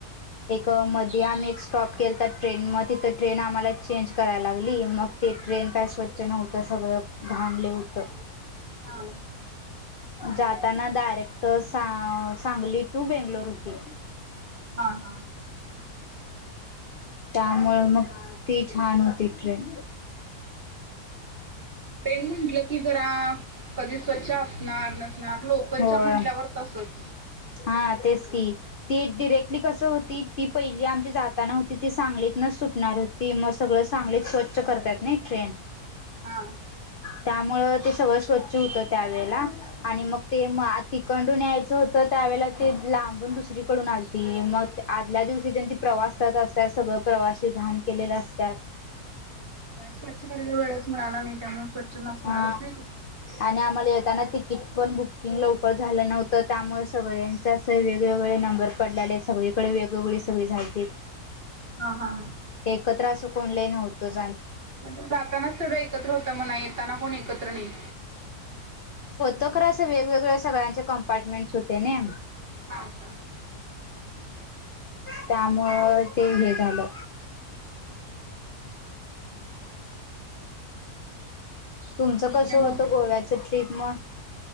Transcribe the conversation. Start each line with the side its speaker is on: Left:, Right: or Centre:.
Left: एक मध्ये आम्ही एक स्टॉप केला तर ट्रेन म तिथं ट्रेन आम्हाला चेंज करायला लागली मग ते ट्रेन काय स्वच्छ नव्हतं सगळं घाण लय होतं
Right: हा
Left: जाताना डायरेक्ट सांग सांगली टू बेंगलोर होती
Right: हा, हा
Left: त्यामुळे मग ती छान होती ट्रेन
Right: ट्रेन म्हंटलं की जरा कधी स्वच्छ असणार नसणार लोकलच्या
Left: होय
Right: म्हंटल्यावर तसच
Left: हा तेच की ती डिरेक्टली कसं होती ती पहिली आमची जाताना होती ती सांगली सुटणार होती मग सगळ सांगलीत स्वच्छ करतात ना ट्रेन
Right: हा
Left: त्यामुळं ते सगळं स्वच्छ होतं त्यावेेळेला आणि मग ते म तिखंडून यायचं होत तर त्यावेेळे ते लांबण दुसरीकडून आलते मग आदल्या दिवशी त्यां त प्रवास करत असत सगळं प्रवासी घाण केलेल्या असतात
Right: स्वच्छ करायला वेळच मिळाला नाही त्यामुळे स्वच्छ नसणारच
Left: हा
Right: नाही ते.
Left: आणि आम्हाला येताना तिकीट पण बुक बुकिंग लवकर झालं नव्हतं त्यामुळे सगळ्यांच्या अस वेगवेगळे नंबर पडलेले आहेत सगळीकडे वेगवेगळे सगळी झालतीत
Right: हा हा.
Left: एकत्र असं कोण लय नव्हतोच आम्ही
Right: म्हणजे जातानाच तेवडं एकत्र होता मणा येताना कोण एकत्र नाही
Left: तर खर असं वेगवेगळ्या सगळ्यांचे कंपार्टमेंट होते न
Right: हा, हा
Left: त्यामुळे ते हे झालं तुमचं
Right: ठीक
Left: कसं
Right: आहे मग
Left: होतं गोव्याचं ट्रिप मग